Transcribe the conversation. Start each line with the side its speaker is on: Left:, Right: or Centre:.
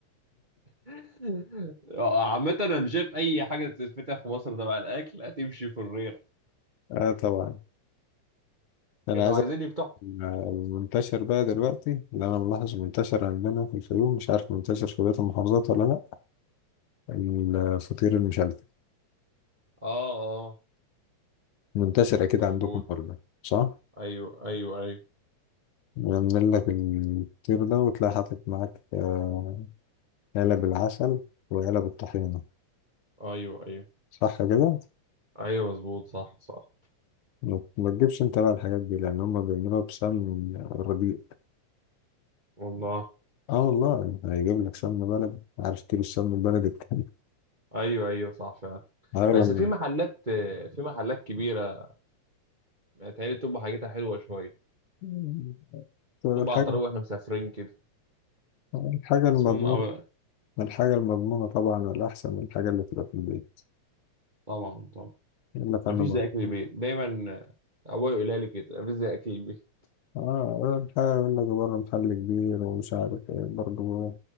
Right: <laughs> عامة أنا شايف أي حاجة تتفتح في مصر تبع الأكل هتمشي في الريرة
Left: اه طبعا انا
Right: كانوا
Left: عايز
Right: عايزين
Left: أقول
Right: يفتحوا
Left: المنتشر بقى دلوقتي اللي انا ملاحظ منتشر عندنا في الفيوم مش عارف منتشر في بقية المحافظات ولا لا الفطير المشلتت
Right: آه آه
Left: منتشر اكيد
Right: موجود
Left: عندكم برضه صح؟
Right: أيوه أيوه أيوه
Left: بيعمل لك الفطير ده وتلاقي حاطط معاك آه، علب العسل وعلب الطحينة
Right: أيوه أيوه
Left: صح كده؟
Right: أيوه مظبوط صح صح
Left: ما ما تجيبش انت بقى الحاجات دي لأن هما بيعملوها بسمن الربيع
Right: والله
Left: اه والله هيجيب لك سمن بلدي عارف كيلو السمن البلدي بكام؟
Right: ايوه ايوه صح فعلا
Left: <laughs> أغلى
Right: بس في محلات في محلات كبيره بتهيألي بتبقى حاجتها حلوه شويه
Left: من
Right: بتبقى
Left: الحاجة
Right: على الطريق واحنا مسافرين كده
Left: الحاجة المضمونة
Right: اسمهم أو...
Left: الحاجة المضمونة طبعا والأحسن من الحاجة اللي بتبقى في البيت
Right: طبعا طبعا
Left: يقول لك
Right: ما
Left: أنا
Right: فيش
Left: بقى.
Right: زي اكل البيت دايما ابويا يقولها لي كده ما فيش زي اكل البيت
Left: اه الحاجة يقول لك بره محل كبير ومش عارف ايه برضه